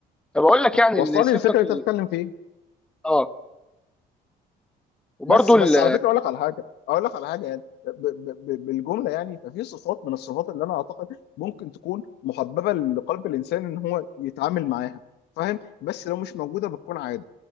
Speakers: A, in the centre; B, on the left (about 80°).
A: فبقول لك يعني
B: واصله
A: ان صفه
B: لي الفكره اللي
A: ال...
B: انت بتتكلم فيها
A: اه وبرده
B: بس بس
A: ال...
B: على فكره اقول لك على حاجه اقول لك على حاجه يعني ب ب ب بالجمله يعني ففي صفات من الصفات اللي انا اعتقد ممكن تكون محببه لقلب الانسان ان هو يتعامل معاها فاهم بس لو مش موجوده بتكون عادي